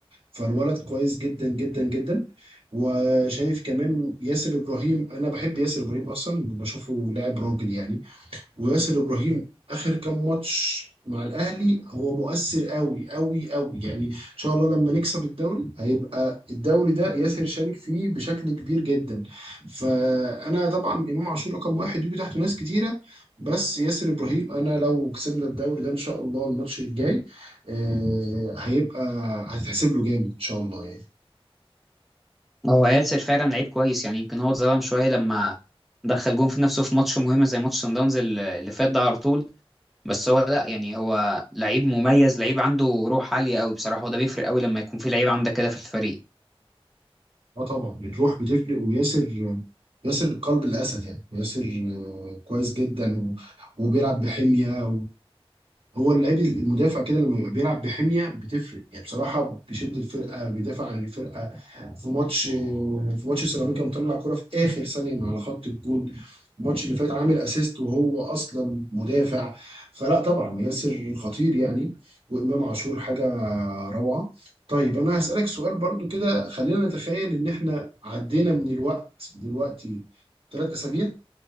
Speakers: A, on the right; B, in the centre.
A: فالولد كويس جدا جدا جدا وشايف كمان ياسر ابراهيم انا بحب ياسر ابراهيم اصلا بشوفه لاعب راجل يعني وياسر ابراهيم اخر كام ماتش مع الاهلي هو مؤثر قوي قوي قوي يعني ان شاء الله لما نكسب الدوري هيبقى الدوري ده ياسر شارك فيه بشكل كبير جدا فانا طبعا امام عاشور رقم واحد يجي تحته ناس كتيره بس ياسر ابراهيم انا لو كسبنا الدوري ده ان شاء الله الماتش الجاي آه، هيبقى هتحسب له جامد ان شاء الله يعني
B: هو ياسر فعلا لعيب كويس يعني يمكن هو اتظلم شويه لما دخل جون في نفسه في ماتش مهم زي ماتش سان داونز ال- اللي فات ده على طول بس هو لا يعني هو لعيب مميز لعيب عنده روح عاليه قوي بصراحه وده بيفرق قوي لما يكون في لعيب عندك كده في الفريق
A: اه طبعا الروح بتفرق وياسر ياسر قلب الاسد يعني ياسر آه، كويس جدا و- وبيلعب بحميه هو اللعيب المدافع كده لما بيبقى بيلعب بحميه بتفرق يعني بصراحه بيشد الفرقه بيدافع عن الفرقه في ماتش في ماتش سيراميكا مطلع كرة في اخر ثانيه من على خط الجون الماتش اللي فات عامل اسيست وهو اصلا مدافع فلا طبعا ياسر خطير يعني وامام عاشور حاجه روعه طيب انا هسالك سؤال برضو كده خلينا نتخيل ان احنا عدينا من الوقت دلوقتي ثلاث اسابيع